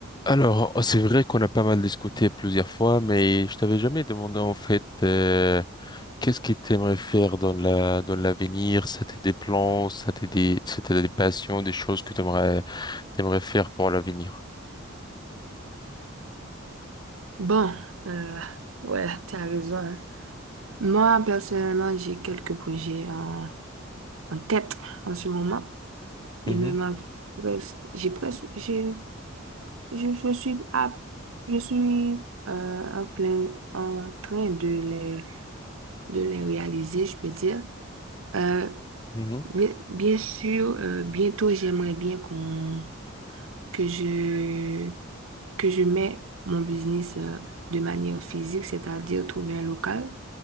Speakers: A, on the left (about 20°); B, on the right (about 85°).
A: Alors, c'est vrai qu'on a pas mal discuté plusieurs fois, mais je t'avais jamais demandé en fait euh, qu'est-ce que tu aimerais faire dans la dans l'avenir, ça t'est des plans, ça t'est des ça t'est des passions, des choses que tu aimerais t'aimerais faire pour l'avenir.
B: Bon, euh, ouais, tu as raison. hein. Moi, personnellement, j'ai quelques projets en, en tête en ce moment. Il
A: Mhm,
B: me manque presque, j'ai presque, j'ai, je, je suis à, je suis euh, en plein, en train de les, de les réaliser, je peux dire. Euh,
A: mhm,
B: bien, bien sûr, euh, bientôt, j'aimerais bien qu'on que je, que je mets mon business euh, de manière physique, c'est-à-dire trouver un local.